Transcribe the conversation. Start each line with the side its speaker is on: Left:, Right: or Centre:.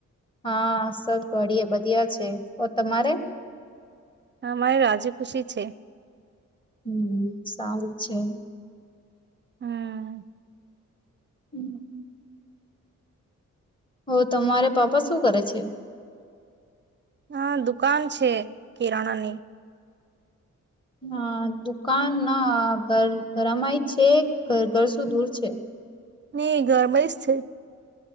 Left: હા સબ બય બધિયા છે તો તમારે
Right: અમારે રાજી ખુશી છે
Left: હમ સારું છે
Right: હમ
Left: હમ હો તમારે પાપા શું કરે છે
Right: હા દુકાન છે કિરાણા ની
Left: હ દુકાન ના ઘર ઘરામાંય છે ઘ ઘર સુું દૂર છે
Right: ઈ ગરમય જ છે